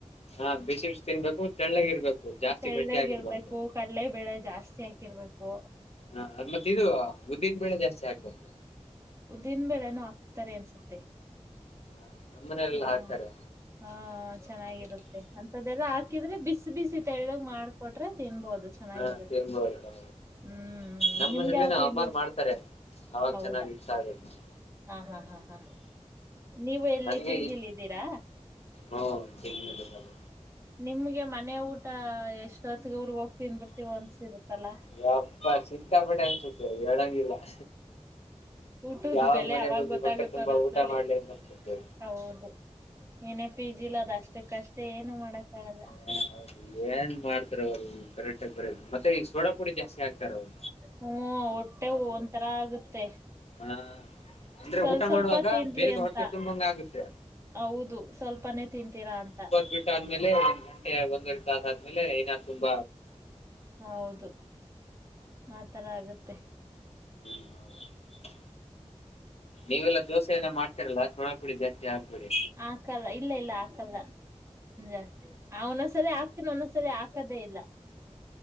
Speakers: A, on the left (about 60°); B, on the right (about 25°).
A: ಹಾ, ಬಿಸಿ ಬಿಸಿ ತಿನ್ಬೇಕು ತೆಳ್ಳಗೆ ಇರ್ಬೇಕು ಜಾಸ್ತಿ
B: ತೆಳ್ಳಗೆ
A: ಗಟ್ಟಿ ಆಗಿರಬಾರ್ದು.
B: ಇರ್ಬೇಕು ಕಡಲೆ ಬೇಳೆ ಜಾಸ್ತಿ ಹಾಕಿರ್ಬೇಕು.
A: ಹಾ, ಅದ ಮತ್ತ್ ಇದು ಉದ್ದಿನ ಬೇಳೆ ಜಾಸ್ತಿ ಆಗ್ಬೇಕು.
B: ಉದ್ದಿನ್ ಬೇಳೆನು ಆಕ್ತಾರೆ ಅನ್ಸುತ್ತೆ.
A: ಹ ನಮ್ಮ ಮನೇಲೆಲ್ಲ
B: ಹಾ
A: ಹಾಕ್ತಾರೆ
B: ಹಾ <inaudible> ಹಾ, ಚೆನ್ನಾಗಿರುತ್ತೆ ಅಂತದೆಲ್ಲಾ ಹಾಕಿದ್ರೆ ಬಿಸಿ ಬಿಸಿ ತೆಳ್ಳಗ್ ಮಾಡ್ಕೊಟ್ರೆ ತಿನ್ನಬಹುದು. ಚೆನ್ನಾಗಿರುತ್ತೆ
A: ಹಾ ತಿನ್ಬೋದು
B: ಹ್ಮ್,
A: ನಮ್ಮ್
B: ನಿಮ್ಗೆ
A: ಮನೇಲಿ
B: ಯಾವತ್ತು ತಿಂಡಿಷ್ಟ
A: ಅಮ್ಮಾರ್ ಮಾಡ್ತಾರೆ ಅವಾಗ
B: ಹೌದಾ,
A: ಚೆನ್ನಾಗಿ ಇಷ್ಟ ಆಗುತ್ತೆ
B: ಹಾ, ಹಾ, ಹಾ ಹಾ ನೀವು ಎಲ್ಲಿ
A: ನನಗೆ
B: ಪಿ, ಜಿ,
A: ಈ
B: ಲಿ ಇದ್ದೀರಾ
A: ಹ್ಮ್ ತಿಂದ್ಮೇಲೆ
B: ನಿಮ್ಗೆ ಮನೆ ಊಟ ಎಷ್ಟೊತ್ತಿಗೆ ಊರಗ ಹೋಗ್ ತಿನ್ಬಿಡ್ತೀವ ಅನ್ಸಿರುತ್ತಲ್ಲಾ
A: ಯಪ್ಪಾ ಸಿಕ್ಕಾಪಟ್ಟೆ ಹಸ್ತಿದಿವಿಹೇಳಂಗಿಲ್ಲ.
B: ಊಟದ್
A: ಯಾವ
B: ಬೆಲೆ
A: ಮನೆಗೋಗಿ
B: ಅವಾಗ ಗೊತ್ತಾಗುತ್ತ
A: ಹೊಟ್ಟೆ ತುಂಬಾ
B: ಒಂದೊಂದ್ಸಲಿ.
A: ಊಟ ಮಾಡ್ಲಿ ಅಂತ ಅನ್ಸುತ್ತೆ.
B: ಹೌದು, ಏನೇ ಪಿ ಜಿ ಇಲ್ಲ ಅದು ಅಷ್ಟಕ್ಕಷ್ಟೇ ಏನು ಮಾಡಕ್ಕ ಆಗಲ್ಲ.
A: ಹ ಹೌದು, ಏನ್ ಮಾಡ್ತಾರ ಅವ್ರು ಈ ಪರಟಕ್ <unintelligible> ಬರ ಮತ್ತೆ ಈಗ ಸೋಡಾ ಪುಡಿ ಜಾಸ್ತಿ ಹಾಕ್ತಾರೆ ಅವ್ರು.
B: ಹ್ಮ್, ಹೊಟ್ಟೆಗ ಒಂಥರ ಆಗುತ್ತೆ.
A: ಹಾ, ಅಂದ್ರೆ
B: ಸ್ವಲ್
A: ಊಟ
B: ಸ್ವಲ್ಪ
A: ಮಾಡುವಾಗ
B: ತಿನ್ಲಿ
A: ಬೇಗ
B: ಅಂತ.
A: ಹೊಟ್ಟೆ ತುಂಬಿದಂಗ ಆಗುತ್ತೆ.
B: ಹೌದು, ಸ್ವಲ್ಪನೇ ತಿಂತೀರಾ ಅಂತ
A: ಬಿಟ್ಟಾದ್ಮೇಲೆ ಒಂದು ಗಂಟೆ ಒಂದೆರಡು ತಾಸ ಆದ್ಮೇಲೆ ಐನಾದ್ <unintelligible> ತುಂಬ
B: ಹೌದು! ಆತರ ಆಗತ್ತೆ
A: ಹ್ಮ್ ಹೌ <inaudible> ನೀವೆಲ್ಲಾ ದೋಸೆ ಎಲ್ಲ ಮಾಡ್ತಿರಲ್ಲಾ ಸೊಡಾ ಪುಡಿ ಜಾಸ್ತಿ ಹಾಕ್ಬೇಡಿ.
B: ಹಾಕಲ್ಲ, ಇಲ್ಲ ಇಲ್ಲ ಹಾಕಲ್ಲ ಜಾಸ್ತಿ ಹಾ, ಒಂದದ್ಸರಿ ಹಾ, ಓಕ್ತೀನಿ ಒಂದೊದಸಲಿ ಹಾಕದೇ ಇಲ್ಲ.